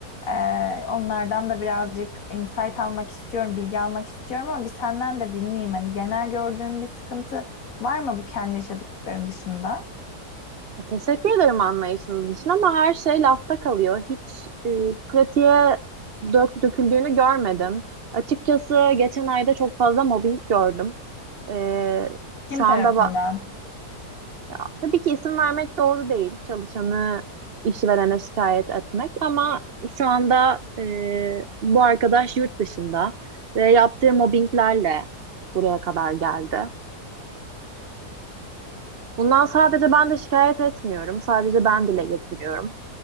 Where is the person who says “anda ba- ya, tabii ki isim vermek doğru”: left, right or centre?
Right